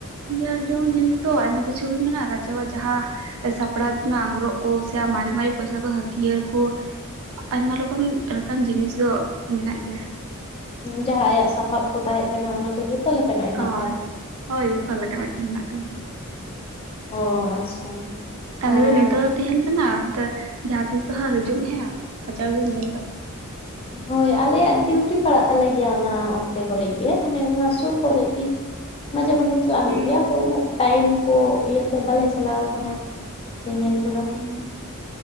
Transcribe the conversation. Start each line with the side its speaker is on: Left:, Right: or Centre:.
Right: ᱧᱮᱞ ᱡᱚᱝ ᱡᱤᱱᱤᱥ ᱫᱚ ᱟᱭᱢᱟ ᱠᱤᱪᱷᱩ ᱜᱮ ᱢᱮᱱᱟᱜᱼᱟ ᱨᱟᱡᱟᱣᱟᱜ ᱡᱟᱦᱟᱸᱼᱼ ᱥᱟᱯᱲᱟᱣ ᱛᱮᱱᱟᱜ ᱜᱽᱚᱨᱚᱵ ᱠᱚ ᱥᱮ ᱢᱟᱨᱤ ᱢᱟᱨᱤ ᱯᱚᱭᱥᱟ ᱠᱚ ᱦᱟᱹᱛᱭᱟᱹᱨ ᱠᱚ ᱟᱭᱢᱟ ᱨᱚᱠᱚᱢ ᱞᱮᱠᱟᱱ ᱡᱤᱱᱤᱥ ᱫᱚ ᱢᱮᱱᱟᱜ ᱜᱮᱭᱟ᱾
Left: ᱡᱟᱦᱟᱸ ᱟᱭᱟᱜ ᱥᱟᱯᱟᱵ ᱠᱚ ᱛᱟᱦᱮᱸ ᱠᱟᱱᱟ ᱚᱱᱟ ᱠᱚ ᱡᱚᱛᱚ ᱞᱮᱠᱟᱱᱟᱜ ᱦᱮᱱᱟᱜᱼᱟ
Right: ᱦᱳᱭ
Left: <unintelligible>
Right: ᱦᱳᱭ ᱡᱚᱛᱚ ᱞᱮᱠᱟᱱᱟᱜ ᱜᱮ ᱢᱮᱱᱟᱜ ᱟᱠᱟᱫᱟ᱾
Left: ᱚ ᱟᱪᱪᱷᱟ
Right: ᱛᱟᱦᱚᱞᱮ
Left: ᱟᱨ
Right: ᱫᱚ ᱱᱤᱛᱚᱜ ᱫᱚ ᱛᱟᱸᱦᱮᱱ ᱠᱟᱱᱟ ᱡᱟ ᱡᱟᱦᱟᱸ ᱛᱤᱥᱫᱚ ᱦᱟᱸᱜ ᱦᱤᱡᱩᱜ ᱢᱮ ᱦᱟᱸᱜ ᱦᱟᱡᱟᱨ ᱫᱩᱣᱟᱹᱨᱤ ᱧᱮᱞ ᱫᱚ
Left: ᱦᱳᱭ ᱟᱞᱮᱭᱟᱜ ᱰᱤᱭᱩᱴᱤ ᱯᱟᱲᱟᱜ ᱛᱟᱞᱮ ᱜᱮᱭᱟ ᱚᱱᱟ ᱚᱱᱛᱮ ᱠᱚᱨᱮ ᱜᱮ ᱢᱟᱱᱮ ᱚᱱᱟ ᱥᱩᱨ ᱠᱚᱨᱮ ᱜᱤ ᱢᱟᱡᱷᱮ ᱢᱟᱡᱷᱮ ᱪᱟᱞᱟᱜ
Right: ᱦᱩᱸ
Left: ᱦᱩᱭᱩᱜ ᱜᱮᱭᱟ ᱛᱚ ᱩᱱᱟᱹᱜ ᱴᱟᱭᱤᱢ ᱠᱚ ᱤᱭᱟᱹᱛᱮ ᱵᱟᱞᱮ ᱪᱟᱞᱟᱣ ᱟᱠᱟᱱᱟ ᱧᱮᱧᱮᱞ᱾ ᱠᱚᱫᱚ
Right: ᱦᱩᱸ